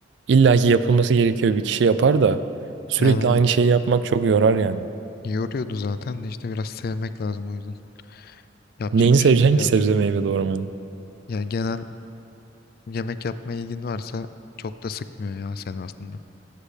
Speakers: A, on the right (about 65°); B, on the left (about 55°).
A: illaki yapılması gerekiyor bir kişi yapar da sürekli
B: yani evet,
A: aynı şeyi yapmak çok yorar yani.
B: yoruyordu zaten de işte biraz sevmek lazım o yüzden. Yapacak
A: Neyini
B: bir
A: seveceksin
B: şey yok diğer
A: ki sebze
B: türlü.
A: meyve doğramanın?
B: Yani genel yemek yapma ilgin varsa çok da sıkmıyor ya seni aslında.